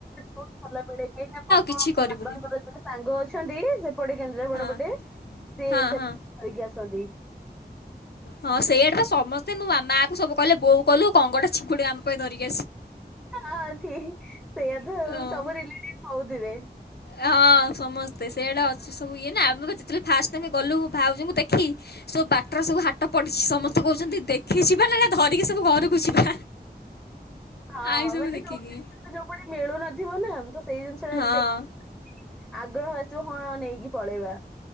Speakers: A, in the centre; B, on the left.
A: ବହୁତ ଭଲ ମିଳେ କାହିଁକି ନା
B: କିଛି
A: ମୋ
B: କରିବୁନି
A: ବାବାଙ୍କର ଜଣେ ସାଙ୍ଗ ଅଛନ୍ତି ସେପଟେ କେନ୍ଦ୍ରାପଡା
B: ହଁ
A: ପଟେ ସେ
B: ହଁ
A: <unintelligible>
B: ହଁ
A: ଆସନ୍ତି।
B: ହଁ ସେଇଆଡେ ତ ସମସ୍ତେ ମୋ ମା କୁ ସବୁ ଗଲୁ ବୋହୂ ଗଲୁ କଙ୍କଡ଼ା ଚିଙ୍ଗୁଡ଼ି ପାଇଁ ଧରିକି
A: ହଁ ଠିକ ସେଇଆ
B: ଆସିବୁ
A: ତ ସବୁ ରିଲେଟିଭ କହୁଥିବେ।
B: ହଁ। ସମସ୍ତେ ସେଇଆଡେ ଅଛି ସବୁ ଇଏ ନା ଆମେ ଯେତେବେଳେ ଫାଷ୍ଟ ଟାଇମ ଗଲୁ ଭାଉଜଙ୍କୁ ଦେଖି ସବୁ ବାଟରେ ସବୁ ସବୁ ହାଟ ପଡିଛି ସମସ୍ତେ କହୁଛନ୍ତି ଦେଖି ଯିବା ନା ନା ଧରିକି ସବୁ ଘରକୁ ଯିବା।
A: ହଁ
B: ଆଇ ସବୁ
A: ମାନେ
B: ଦେଖିକି
A: ଯ ଯୋଉେ ପଟେ ମିଳୁନଥିବ ନା ଆମେ ତ ସେଇ ଜିନିଷଟା
B: ହଁ
A: ଯଦି ଦେଖ ଆଗ୍ରହ ଆସିବ ହଁ ନେଇକି ପଳେଇବା।